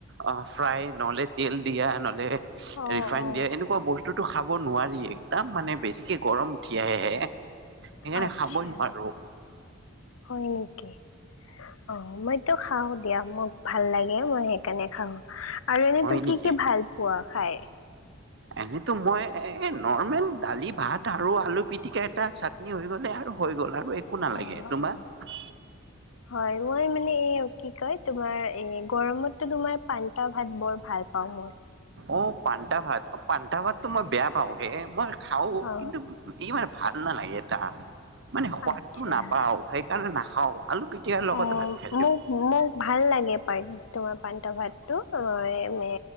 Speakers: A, on the right; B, on the left.
A: অ ফ্ৰাই নহলে তেল দিয়া নহলে
B: অ
A: ৰিফাইন
B: অ
A: দিয়া এনেকুৱা বস্তুত টো খাব নোৱাৰি একদম মানে বেছিকে গৰম উঠি আহে হে, হে কানে
B: আচ্ছা
A: খাবই নোৱাৰো।
B: হয় নিকি অ মই তো খাও দিয়া মোক ভাল লাগে মই সেইকাণে খাওঁ আৰু এনেই
A: হয়
B: তো কি
A: নেকি?
B: কি ভাল পোৱা? খায়?
A: এনেতো মই এ নৰ্মেল দালি ভাত আৰু আলু পিটিকা এটা চাটনি হৈ গ'লে আৰু হৈ গ'ল আৰু একো নালাগে
B: অ
A: তোমাক
B: অ হয় মই মানে এ কি কয় তোমাৰ এ গৰমতো তোমাৰ পান্তা ভাত বৰ ভাল পাওঁ মই
A: অ পান্তা ভাত অ পান্তা ভাততো মই বেয়া পাওঁ হে মই খাও
B: অ
A: কিন্তু ইমান ভাল নালাগে এটা মানে সোৱাদটো
B: আচ্ছা
A: নাপাও সেইকাৰণে নাখাও। আলু পিটিকাৰ লগতে
B: অ
A: ভাত খাই দিওঁ।
B: মোক মোক ভাল লাগে পাৰি তোমাৰ পান্তা ভাতটো অ এনে